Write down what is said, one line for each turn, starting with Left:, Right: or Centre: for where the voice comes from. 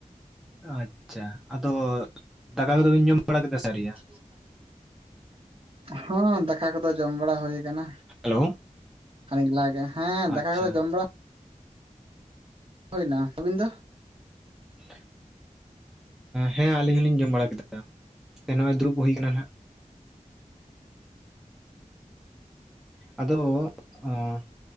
Centre: ᱟᱪᱪᱷᱟ ᱟᱫᱚ ᱫᱟᱠᱟ ᱠᱚᱫᱚ ᱵᱤᱱ ᱡᱚᱢ ᱵᱟᱲᱟ ᱠᱮᱫᱟ ᱥᱮ ᱟᱹᱣᱨᱤ
Right: <unintelligible> ᱦᱚᱸ ᱫᱟᱠᱟ ᱠᱚᱫᱚ ᱡᱚᱢ ᱵᱟᱲᱟ ᱦᱩᱭ ᱠᱟᱱᱟ
Centre: ᱦᱮᱞᱳ
Right: ᱠᱷᱟᱹᱱᱤᱠ ᱞᱟᱦᱟᱜᱮ ᱦᱮᱸ ᱫᱟᱠᱟ
Centre: ᱟᱪᱪᱷᱟ
Right: ᱠᱚᱫᱚ ᱡᱚᱢ ᱵᱟᱲᱟ ᱦᱩᱭᱱᱟ ᱟᱹᱵᱤᱱ ᱫᱚ ᱾
Centre: <unintelligible> ᱦᱮᱸ ᱟᱹᱞᱤᱧ ᱦᱚᱸᱞᱤᱧ ᱡᱚᱢ ᱵᱟᱲᱟ ᱠᱮᱫᱟ ᱱᱚᱜᱼᱚᱸᱭ ᱫᱩᱲᱩᱵ ᱦᱩᱭ ᱠᱟᱱᱟ ᱦᱟᱸᱜ ᱾ ᱟᱫᱚ <unintelligible>